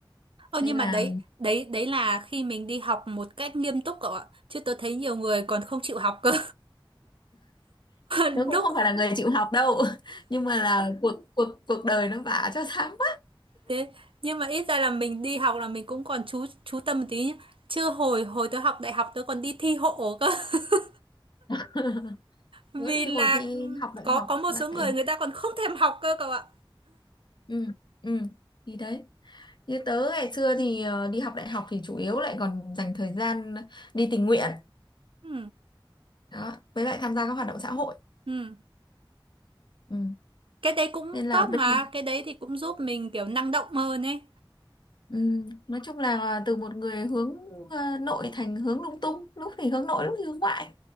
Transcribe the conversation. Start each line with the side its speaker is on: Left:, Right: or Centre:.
Right: Ờ
Left: nên
Right: nhưng
Left: là
Right: mà đấy đấy đấy là khi mình đi học một cách nghiêm túc cậu ạ chứ tôi thấy nhiều người còn không chịu học cơ <laughs>
Left: tớ cũng
Right: lúc
Left: không phải là người chịu học đâu <laughs> nhưng mà là cuộc cuộc cuộc đời nó vả cho sáng mắt
Right: Thế nhưng mà ít ra là mình đi học là mình cũng còn chú chú tâm một tí nhá. Chưa hồi hồi tớ học đại học tớ còn đi thi hộ cơ. <laughs>
Left: <laughs>
Right: Vì
Left: tớ thì
Right: là
Left: hồi thi học đại
Right: có
Left: học
Right: có một
Left: lại
Right: số người người ta còn không thèm học cơ cậu ạ.
Left: ừ ừ thì đấy như tớ ngày xưa thì ờ, đi học đại học thì chủ yếu lại còn dành thời gian đi tình nguyện
Right: Ừ.
Left: đó với lại tham gia các hoạt động xã hội
Right: Ừ.
Left: ừ.
Right: Cái đấy cũng
Left: nên là
Right: tốt
Left: bây
Right: mà,
Left: giờ
Right: cái đấy thì cũng giúp mình kiểu năng động hơn ấy.
Left: ừ. nói chung là từ một người hướng ờ, nội thành hướng lung tung lúc thì hướng nội lúc thì hướng ngoại